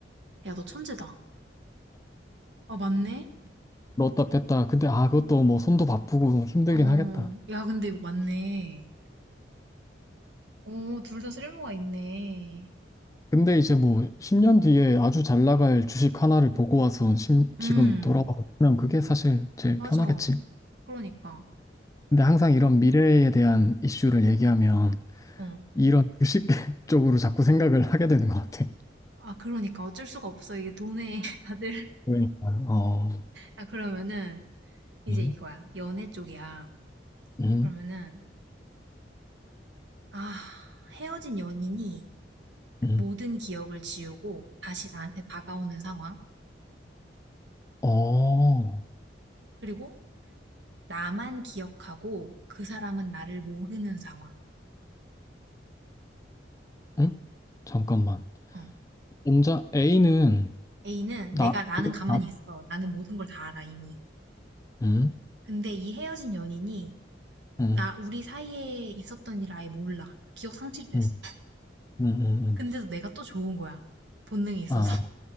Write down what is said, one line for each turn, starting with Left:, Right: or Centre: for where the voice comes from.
Right: 야, 너 천재다. 아, 맞네?
Left: <laughs> 넣었다 뺐다. 근데 아, 그것도 뭐 손도 바쁘고 힘들긴
Right: 어,
Left: 하겠다.
Right: 야, 근데 이거 맞네. 오, 둘 다 쓸모가 있네.
Left: 근데 이제 뭐 10년 뒤에 아주 잘 나갈 주식 하나를 보고 와서 심-
Right: 음,
Left: 지금 돌아와서 그냥 그게 사실 제일
Right: 맞아.
Left: 편하겠지.
Right: 그러니까.
Left: 근데 항상 이런 미래에 대한 이슈를 얘기하면
Right: 어.
Left: 이런 주식 <laughs> 쪽으로 자꾸 생각을 하게 되는 것 같아.
Right: 아, 그러니까. 어쩔 수가 없어. 이게 돈에 <laughs> 다들.
Left: 그러니까. 어,
Right: 아, 그러면은, 이제
Left: 음,
Right: 이거야. 연애 쪽이야.
Left: 음,
Right: 그러면은, 아, 헤어진 연인이
Left: 음.
Right: 모든 기억을 지우고 다시 나한테 다가오는 상황.
Left: 어, 어,
Right: 그리고 나만 기억하고 그 사람은 나를 모르는 상황.
Left: 응? 잠깐만.
Right: 어.
Left: 혼자 A는
Right: A는
Left: 나,
Right: 내가 나는 가만히
Left: 나,
Right: 있어. 나는 모든 걸 다 알아, 이미.
Left: 음,
Right: 근데 이 헤어진 연인이
Left: 음,
Right: 나, 우리 사이에 있었던 일 아예 몰라. 기억 상실됐어.
Left: 음, 음, 음, 음.
Right: 근데도 내가 또 좋은 거야. 본능이 있어서.
Left: 아,
Right: <laughs>